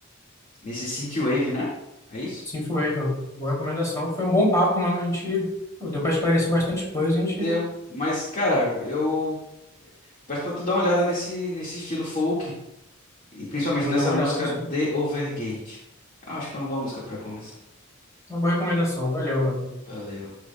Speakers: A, on the left; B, on the left.
A: nesse Synthwave, né? É isso?
B: Sim, foi, Evan. Boa recomendação. Foi um bom papo, mano. A gente pô, deu pra esclarecer bastante coisa. A gente
A: Deu. Mas, cara, eu peço pra tu dar uma olhada nesse, nesse estilo folk. E principalmente
B: vou
A: nessa
B: dar uma
A: música
B: olhada, assim.
A: The Overgate. Eu acho que é uma boa música pra começar.
B: Uma boa recomendação. Valeu, mano.
A: Valeu.